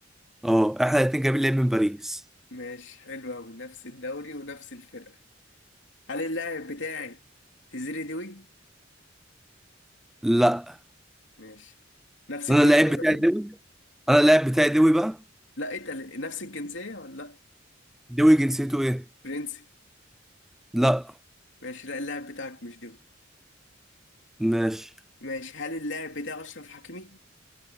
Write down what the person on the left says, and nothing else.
مش حلو أوي نفس الدوري ونفس الفرقة هل اللاعب بتاعي تزيري دوي
ماشي نفس
الجنسية
برضه؟
لا انت ال- نفس الجنسية ولا لا
برنسي
ماشي لا اللاعب بتاعك مش دوي
ماشي هل اللاعب بتاعي أشرف حكيمي